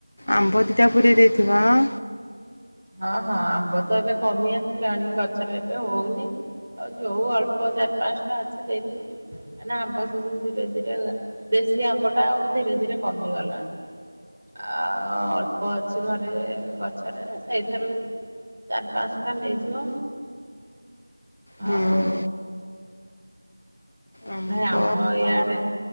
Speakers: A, on the left; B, on the right.
A: ଆମ୍ବ ଦିଟା ପୁରେଇ ଦେଇଥିବ ଆଁ।
B: ହଁ ହଁ ଆମ୍ବ ତ ଏବେ କମି ଆସିଲାଣି ଗଛରେ ଏବେ ହଉନି। ଆଉ ଯୋଉ ଅଳ୍ପ ଚାରି ପାଞ୍ଚଟା ଅଛି ଦେଇଦେବି ଏଇନେ ଆମ୍ବ ସିଜିନ୍ ଧୀରେ ଧୀରେ ଦେଶୀ ଆମ୍ବ ଟା ଆଉ ଧୀରେ ଧୀରେ କମିଗଲା। ଆଉ ଅଳ୍ପ ଅଛି ଘରେ ଗଛରେ ସେଇଥେରୁ ଚାରି ପାଞ୍ଚଟା ନେଇଯିବ
A: ହୁଁ
B: ଆଉ।
A: ଆମ୍ବ
B: ନାଇଁ ଆମ ଇଆଡେ